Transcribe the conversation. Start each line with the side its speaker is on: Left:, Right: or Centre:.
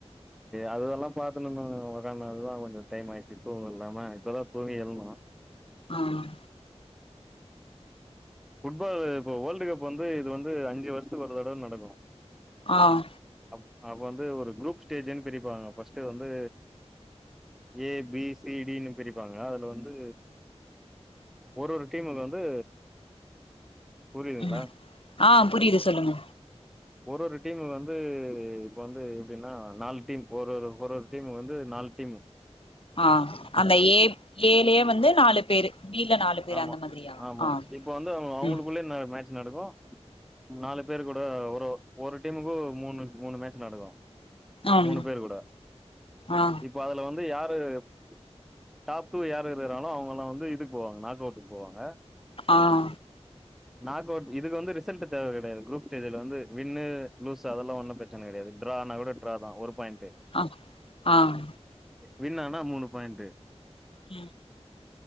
Centre: அதெல்லா பாரத்துணுனு உணதுதா கொஞ்சோ டைம் ஆயிடுச்சு தூங்க இல்லாம இப்பெல்லா தூங்கி எழுந்தோ
Left: ஆஹ்
Centre: ஃபுட்பால் இப்போ வேர்ல்டு் கப் வந்து இது வந்து அஞ்சு வருஷத்துக்கு ஒரு தடவ நடக்கு
Left: ஆஹ்
Centre: அப்ப வந்து ஒரு குரூப் ஸ்டேஜ்ன்னு பிரிப்பாங்க பஸ்ட் வந்து ஏ பீச சி டினு பிரிப்பாங்க அதுல வந்து ஒரு ஒரு டீமுக்கு வந்து புரியுதுங்களா
Left: உம் ஆ புரியுது சொல்லுங்க
Centre: ஒரு ஒரு டீமு வந்து இப்ப வந்து எப்படின்னா நாலு டீம் ஒரு ஒரு ஒரு ஒரு டீமு வந்து நாலு டீமு
Left: ஆஹ் அந்த ஏ ஏலயே வந்து நாலு பேரு பீல நாலு பேரு
Centre: ஆமா
Left: அந்த மாதிரியா
Centre: ஆமா
Left: ஆஹ்
Centre: இப்ப வந்து அவங்க அவங்களுக்குள்ளே
Left: உம்
Centre: மேட்ச் நடக்கு முன்னாலு பேரு கூட ஒரு ஒ ஒரு டீமுக்கு மூணு மூணு மேட்ச் நடக்கு
Left: ஆம்
Centre: மூணு பேர் கூட
Left: ஆ
Centre: இப்ப அதுல வந்து யார் து டாப் டூ யார் இருக்குறாங்ளோ அவங்கல்லா வந்து இதுக்கு போவாங்க நாக் அவுட்டுக்கு போவாங்க
Left: ஆ
Centre: நாக் அவுட் இதுக்கு வந்து ரிசல்ட் தேவ கெடையாது குரூப் ஸ்டேஜ்ல வந்து வின் லூஸ் அதெல்லா ஒன்னும் பிரச்சன கெடையாது. ட்ரான்னா கூட ட்ராதா ஒரு பாயிண்ட்டு
Left: அவ ஆஹ்
Centre: வின்னானா மூணு பாயிண்டு
Left: ம்